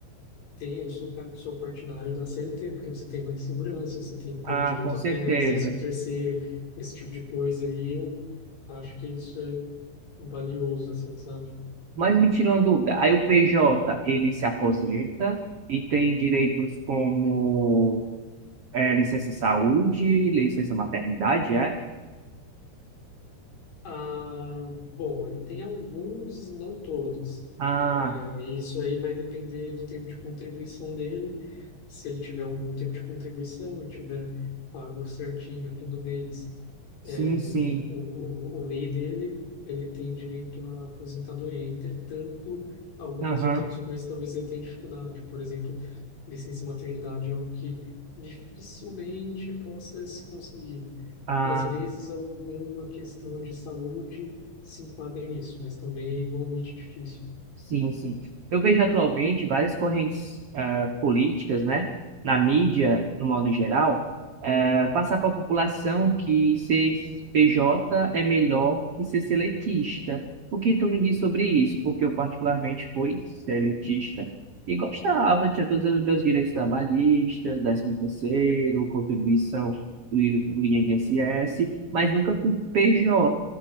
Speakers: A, on the left; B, on the right.
A: tenho, eu sou um cara que sou partidário da CLT, porque você tem mais segurança, você tem, pô,
B: Ah,
A: direito
B: com certeza.
A: a férias, décimo terceiro, esse tipo de coisa, e eu acho que isso é valioso, assim, sabe?
B: Mas me tirou uma dúvida. Aí o PJ, ele se aposenta e tem direitos como é, licença saúde, licença maternidade, é?
A: Ah, bom, ele tem alguns, não todos.
B: Ah,
A: É, isso aí vai depender do tempo de contribuição dele. Se ele tiver um bom tempo de contribuição e tiver pago certinho todo mês,
B: Sim,
A: é,
B: sim.
A: o, o, o MEI dele, ele tem direito à aposentadoria. Entretanto, algumas
B: Aham.
A: outras coisas talvez ele tenha dificuldade. Por exemplo, licença maternidade é algo que dificilmente possa se conseguir
B: Ah,
A: às vezes alguma questão de saúde se enquadra nisso, mas também é igualmente difícil.
B: Sim, sim. Eu vejo atualmente várias correntes eh, políticas, né, na mídia, no modo geral, eh, passar para a população que ser PJ é melhor que ser seletista. O que tu me diz sobre isso? Porque eu particularmente fui seletista e gostava, tinha todos os meus direitos trabalhistas, 13º, contribuição do, I- do INSS, mas nunca fui PJ.